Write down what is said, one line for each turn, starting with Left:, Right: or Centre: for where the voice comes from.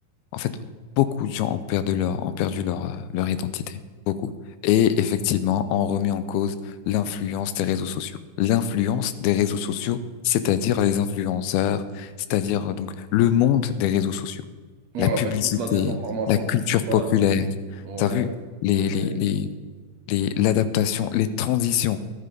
Left: en fait beaucoup de gens ont perdu leur ont perdu leur euh, leur identité, beaucoup. Et effectivement, on remet en cause l'influence des réseaux sociaux. L'influence des réseaux sociaux, c'est-à-dire les influenceurs, c'est-à-dire euh, donc le monde des réseaux sociaux
Right: Ouais,
Left: la publicité,
Right: avec toute la désinformation
Left: la culture
Right: qui s'y passe.
Left: populaire.
Right: Ouais.
Left: T'as vu les
Right: Ouais.
Left: les les les l'adaptation, les transitions,